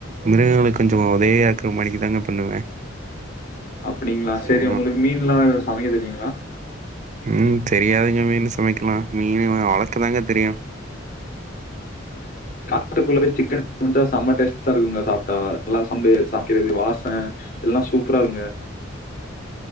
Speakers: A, on the right; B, on the left.
A: மிருகங்களுக்கு கொஞ்சோ உதவியா இருக்குற மாணிக்கு தாங்க பண்ணுவே
B: அப்டிங்ளா செரி
A: ஆ
B: உங்களுக்கு மீன்லா வாங் சமைக்க தெரியுங்ளா
A: ம் தெரியாதுங்க மீன் சமைக்கலா மீன் வளக்கதாங்க தெரியு
B: காட்டுக்குள்ள போய் சிக்கன் சமைச்சா செம்ம டேஸ்டா இருக்குங்க சாப்டா நல்லா சண்டே வெக்கிறது வாசன எல்லா சூப்பரா இருக்குங்க